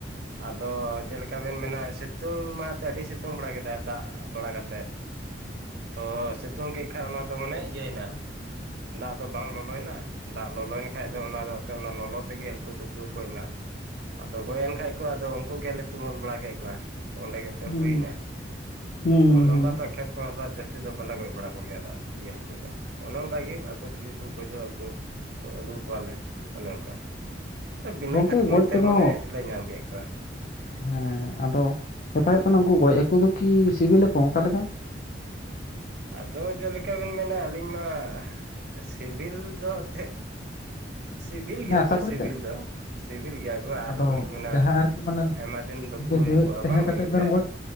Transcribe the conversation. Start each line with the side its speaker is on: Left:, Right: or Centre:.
Right: ᱟᱫᱚ ᱡᱮᱞᱮᱠᱟ ᱵᱮᱱ ᱢᱮᱱᱟ ᱥᱤᱛᱩᱝ ᱢᱟ ᱛᱮ ᱟᱹᱰᱤ ᱥᱤᱛᱩᱝ ᱵᱟᱲᱟ ᱠᱮᱫᱟᱭ ᱫᱟᱜ ᱵᱟᱲᱟ ᱠᱟᱛᱮᱜ ᱛᱚ ᱥᱮ ᱛᱳᱝ ᱠᱮᱜ ᱠᱷᱟᱱ ᱚᱱᱟ ᱫᱚ ᱢᱟᱱᱮ ᱤᱭᱟᱹᱭ ᱱᱟ ᱫᱟᱜ ᱫᱚ ᱵᱟᱝ ᱞᱚᱞᱚᱭ ᱱᱟ᱾ ᱫᱟᱜ ᱞᱚᱞᱚᱭᱮᱱ ᱠᱷᱟᱡ ᱫᱚ ᱚᱱᱟ ᱫᱚᱜ ᱛᱮ ᱚᱱᱟ ᱞᱚᱞᱚ ᱛᱮᱜᱮ ᱦᱟᱹᱠᱩ ᱫᱚᱠᱚ ᱜᱚᱡ ᱱᱟ ᱟᱫᱚ ᱜᱚᱡ ᱮᱱ ᱠᱷᱟᱡ ᱠᱚ ᱟᱫᱚ ᱩᱱᱠᱩ ᱜᱮᱞᱮ ᱛᱩᱢᱟᱹᱞ ᱵᱟᱲᱟ ᱠᱮᱜ ᱠᱚᱣᱟ ᱚᱸᱰᱮ ᱛᱚ
Left: ᱦᱩᱸ
Right: ᱦᱩᱭᱱᱟ
Left: ᱦᱩᱸ ᱦᱩᱸ ᱦᱩᱸ
Right: ᱛᱚ ᱱᱚᱝᱠᱟ ᱫᱚᱜ ᱠᱷᱮᱛ ᱠᱚ ᱥᱟᱜ ᱡᱟᱹᱥᱛᱤ ᱫᱚ ᱵᱟᱞᱮ ᱜᱚᱡ ᱵᱟᱲᱟ ᱠᱚᱜᱮᱭᱟ ᱟᱫᱚ ᱫᱚ ᱤᱭᱟᱹ ᱦᱟᱹᱠᱩ ᱫᱚ ᱚᱱᱮ ᱚᱝᱠᱟ ᱜᱮ ᱟᱠᱚ ᱛᱮᱜᱮ ᱠᱚ ᱜᱚᱡᱚᱜ ᱟᱠᱚ ᱛᱚ ᱟᱹᱜᱩ ᱠᱚᱣᱟᱞᱮ ᱚᱱᱮ ᱚᱝᱠᱟ ᱛᱚ ᱵᱤᱱᱟᱹ
Left: ᱜᱚᱝᱠᱮ
Right: ᱠᱷᱮᱫᱽ ᱵᱩᱱᱟᱹ
Left: ᱜᱚᱡ
Right: ᱛᱮ
Left: ᱠᱚᱫᱚ
Right: ᱢᱟᱱᱮ ᱞᱮ ᱧᱟᱢ ᱠᱮᱜ ᱠᱚᱣᱟ᱾
Left: ᱦᱮᱸ ᱟᱫᱚ ᱠᱟᱛᱷᱟ ᱦᱚᱭᱚᱜ ᱠᱟᱱᱟ ᱩᱱᱠᱩ ᱜᱚᱡ ᱦᱟᱹᱠᱩ ᱫᱚ ᱠᱤ ᱥᱤᱵᱤᱞᱟ ᱠᱚ ᱚᱸᱠᱟ ᱞᱮᱠᱟ?
Right: ᱟᱫᱚ ᱡᱮᱞᱮᱠᱟ ᱵᱤᱱ ᱢᱮᱱᱟ ᱟᱹᱞᱤᱧ ᱢᱟ ᱥᱤᱵᱤᱞ ᱫᱚ ᱛᱷᱮᱜ ᱥᱤᱵᱤᱞ
Left: ᱦᱮᱸ
Right: ᱜᱮᱭᱟ
Left: ᱟᱥᱟ
Right: ᱠᱚ
Left: ᱠᱚᱨᱤ
Right: ᱥᱤᱵᱤᱞ
Left: ᱪᱮᱫ
Right: ᱫᱚ ᱥᱤᱵᱤᱞ ᱜᱮᱭᱟ ᱠᱚ ᱟᱨ
Left: ᱟᱫᱚ
Right: ᱚᱱᱮ ᱠᱚ ᱢᱮᱱᱟᱸ
Left: ᱡᱟᱦᱟᱸ
Right: ᱚᱸᱻᱼᱼ
Left: ᱟᱨᱠᱤ ᱢᱟᱱᱮ
Right: ᱟᱭᱢᱟ ᱫᱤᱱ ᱵᱟᱹᱠᱩ
Left: ᱱᱤᱝᱠᱟᱹ
Right: ᱦᱩᱭ
Left: ᱡᱮᱣᱮᱫ
Right: ᱠᱚᱜ-ᱟ
Left: ᱛᱟᱦᱮᱸ
Right: ᱵᱟᱝ ᱜᱚᱡ
Left: ᱠᱟᱛᱮᱫ
Right: ᱠᱟᱛᱮᱜ
Left: ᱵᱮᱱ